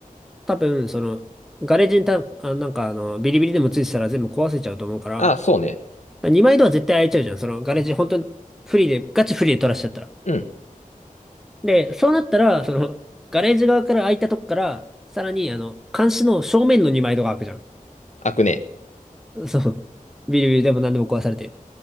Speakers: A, in the centre; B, on the left.
A: 多分、その、ガレージにた、あ、なんか、あの、ビリビリでもついてたら全部壊せちゃうと思うから、
B: ああ、そうね。
A: 2枚ドア絶対開いちゃうじゃん。その、ガレージ、本当にフリーで、ガチフリーで取らしちゃったら。
B: うん。
A: で、そうなったら、その、ガレージ側から開いたとこから、さらに、あの、監視の正面の2枚ドアが開くじゃ
B: 開くね。
A: ん。そう。ビリビリでも何でも壊されて。っ